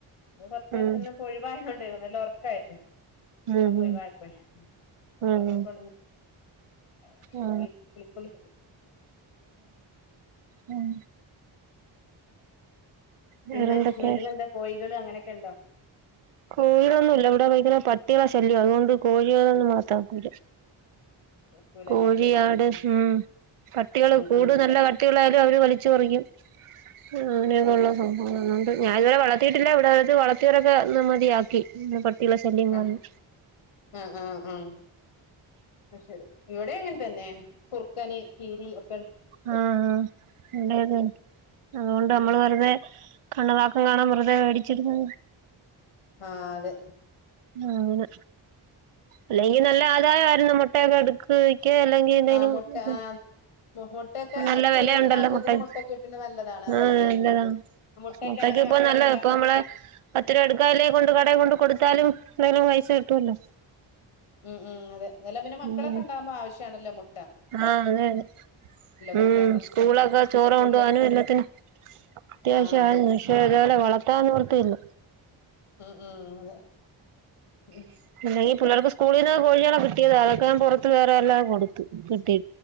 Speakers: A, on the left (about 80°); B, on the right (about 80°).
A: <unintelligible> കൊർച്ചേരത്തിന്നൊഴിവായതോണ്ടേ
B: ഉം
A: നല്ലൊർക്കായിരുന്നു സ്കൂളൊക്കെ
B: ഉം ഉം
A: ഒഴിവായപ്പഴേ
B: ഉം
A: ഒറങ്ങക്കൊണന്ന് <unintelligible>
B: ഉം ഉം
A: പിന്നെ
B: വേറെന്തൊക്കെ
A: വീട്ടിലെന്താ കോഴികള് അങ്ങനെക് ഇണ്ടോ?
B: കോഴൊന്നുല്ല ഇവടെ വീടിലെ പട്ടികളെ ശല്യാ അതുകൊണ്ട് കോഴികളെയൊന്നും വളർത്താറ്ക്കൂല്ല
A: കൂലല്ലേ
B: കോഴി
A: ഉം
B: ആട് ഉം പട്ടികള്
A: ഉം
B: കൂട്
A: ഉം
B: നല്ല കട്ടിയുള്ള അവര് വലിച്ചൊറിയും ഉം <unintelligible> ഞാൻ ഏതായാലും വളർത് ത്തീട്ടില്ല ഇവ്ടെ വളർത്തിയവരൊക്ക മതിയാക്കി പട്ടികളെ ശല്യം കാരണം
A: അഹ് ആഹ് ആഹ് ആഹ് അ ശെ ഇവിടേം അങ്ങൻ തന്നെ കുർക്കന് കീരി ഒക്
B: ആഹ് അഹ് ഉണ്ട് അത് കൊണ്ട്
A: ഉം
B: നമ്മള് വെറുതെ <unintelligible> വേടിച്ചിരുന്നു.
A: ആഹ് അതെ.
B: ആഹ് അങ്ങനെ അല്ലെങ്കി നല്ല ആദായായിരുന്നു മുട്ടേക്കെ ഇട്ക്ക് ക്കെ അല്ലെങ്കി എന്തെലും
A: ആ മുട്ട
B: ഉം
A: ആ
B: ഉം
A: മുട്ടയൊക്കെ
B: നല്ല
A: നമുക്ക്
B: വെലയുണ്ടല്ലോ
A: വീട്ടിലെ ആവശ്യത്തിന്
B: മുട്ടയ്
A: മുട്ടൊക്കെ കിട്ടുന്നത് നല്ലതാണ് ആ
B: ആഹ്
A: അതെ
B: നല്ല ല്ല
A: മുട്ടയൊക്കെ
B: മുട്ടയ്ക്കിപ്പൊ
A: അങ്ങനെ മക്കളൊക്കെ
B: നല്ല
A: ഉണ്ടാവുമ്പോ
B: ഇപ്പൊ നമ്മളെ പത്ത് രൂപ എടുക്കാല്ലെങ്കി കൊണ്ട് കടേ കൊണ്ട് കൊട്ത്താലും എന്തെലും പൈസ കിട്ടുവല്ലോ.
A: ഉം ഉം അതെ വെല്ല പിന്നെ മക്കളൊക്കെണ്ടാവുമ്പോ
B: ഉം
A: ആവശ്യണല്ലോ മു
B: ആഹ് അതെയതെ
A: കൂട്ടാൻ
B: ഉം
A: കൊണ്ട്
B: സ്കൂളിലൊക്കെ
A: വിട്ട്
B: ചോറ്
A: സ്കൂളില്
B: കൊണ്ടോവാനും എല്ലത്തിനും അത്യാവശ്യ
A: ആ
B: <unintelligible>
A: അതെ
B: പക്ഷേ ഏതായാലും വളർത്താൻ നിവർത്തിയില്ല.
A: ഉം ഉം അതെ ഉം
B: <unintelligible> പിള്ളേർക്ക് സ്കൂളിന്ന് കോഴികളെ കിട്ടിയതാ അതൊക്കെ ഞാൻ കൊട്ത്ത് വേറെയെല്ലാം കൊട്ത്ത് കിട്ടി